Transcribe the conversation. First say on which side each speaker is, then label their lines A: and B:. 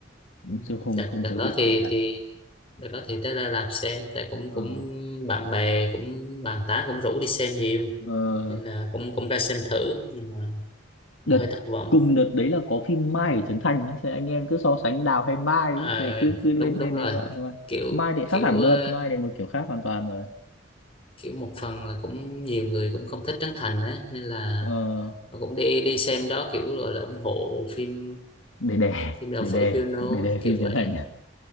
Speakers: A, on the left; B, on the left.
A: ừ.
B: chứ không
A: đợt
B: không
A: đợt
B: có
A: đó
B: dịp
A: thì
B: xem cả
A: thì Đợt đó thì tới ra rạp xem tại cũng
B: ờ,
A: cũng bạn bè cũng bàn tán cũng rủ đi xem nhiều
B: ờ,
A: nên là cũng cũng ra xem thử nhưng mà
B: đợt
A: cũng hơi thất vọng
B: cùng đợt đấy là có phim Mai ở Trấn Thành ấy. Thế anh em cứ so sánh Đào hay Mai ấy.
A: à,
B: Thế cứ cứ lên
A: đúng đúng
B: lên
A: rồi
B: đấy mà mà
A: kiểu
B: Mai thì khác
A: kiểu
B: hẳn
A: ờ,
B: luôn Mai thì một kiểu khác hoàn toàn rồi
A: kiểu một phần là cũng nhiều người cũng không thích Trấn Thành á nên là
B: ờ,
A: họ cũng đi đi xem đó kiểu gọi là ủng hộ phim
B: để đè
A: phim đầu
B: để
A: Phở
B: đè
A: Piano
B: để đè
A: kiểu
B: phim
A: vậy
B: Trấn Thành à?